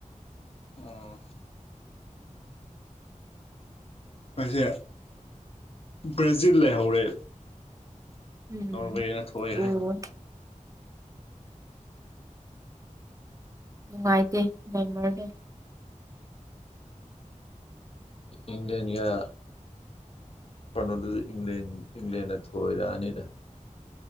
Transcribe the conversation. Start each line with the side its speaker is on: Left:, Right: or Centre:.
Left: ꯑ ꯑꯩꯁꯦ ꯕ꯭ꯔꯥꯖꯤꯜ ꯂꯩꯍꯧꯔꯦ
Right: ꯎꯝ
Left: ꯅꯣꯔꯋꯦ ꯌꯦꯅ ꯊꯋꯥꯏꯔꯦ
Right: ꯑꯣ ꯅꯨꯡꯉꯥꯏꯇꯦ ꯂꯩꯃꯔꯗ
Left: ꯏꯪ꯭ꯂꯦꯟ ꯌꯥ ꯀꯩꯅꯣꯗꯨꯁꯨ ꯏꯪꯂꯦꯟ ꯏꯪꯂꯦꯟꯗ ꯊꯣꯏꯔꯛꯑꯅꯤꯗ